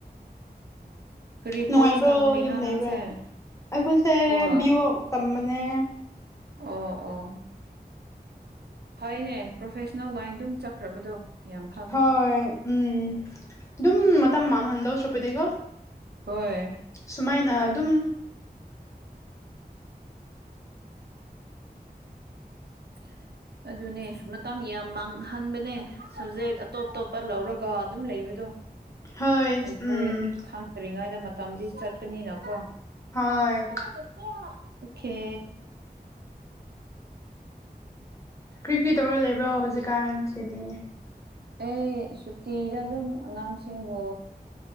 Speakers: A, on the right; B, on the left.
A: ꯀꯔꯤ
B: ꯅꯨꯡꯉꯥꯏꯕ꯭ꯔꯣ
A: ꯀꯣꯔꯁ ꯇꯝꯂꯤꯅꯣ
B: ꯌꯨꯝ ꯂꯩꯕ꯭ꯔꯥ
A: ꯅꯪꯁꯦ
B: ꯑꯩꯈꯣꯏꯁꯦ
A: ꯍꯣꯏ
B: ꯕꯤꯕꯣꯛ ꯇꯝꯕꯅꯦ꯫
A: ꯑꯣ ꯑꯣ꯫ ꯐꯩꯌꯦꯅꯦ ꯄ꯭ꯔꯣꯐꯦꯁꯅꯦꯜ ꯂꯥꯏꯟꯗꯨꯝ ꯆꯠꯈ꯭ꯔꯕꯗꯣ꯫ ꯌꯥꯝ ꯐꯕꯅꯤ
B: ꯍꯣꯏ ꯎꯝ ꯑꯗꯨꯝ ꯃꯇꯝ ꯃꯥꯡꯍꯟꯗꯧ ꯁꯔꯨꯛꯄꯨꯗꯤꯀꯣ꯫
A: ꯍꯣꯏ꯫
B: ꯁꯨꯃꯥꯏꯅ ꯑꯗꯨꯝ
A: <inaudible> ꯑꯗꯨꯅꯦ ꯃꯇꯝ ꯌꯥꯝ ꯃꯥꯡꯍꯟꯕꯅꯦ ꯄꯞꯖꯦꯛ ꯑꯇꯣꯞ ꯑꯇꯣꯞꯄ ꯂꯧꯔꯒ ꯑꯗꯨꯝ ꯂꯩꯕꯗꯣ꯫
B: ꯍꯣꯏ
A: ꯑꯩꯈꯣꯏ
B: ꯎꯝ
A: ꯈꯪ ꯐꯗ꯭ꯔꯤꯉꯩꯗ ꯃꯇꯝꯗꯤ ꯆꯠꯄꯅꯤꯅꯀꯣ ꯑꯣꯀꯦ꯫
B: ꯍꯣꯏ ꯀꯔꯤ ꯀꯔꯤ ꯇꯧꯔ ꯂꯩꯕ꯭ꯔꯣ ꯍꯧꯖꯤꯛꯀꯥꯟꯁꯤꯗꯤ꯫
A: ꯑꯩ ꯁꯨꯇꯤꯗ ꯑꯗꯨꯝ ꯑꯉꯥꯡꯁꯤꯡꯕꯨ꯫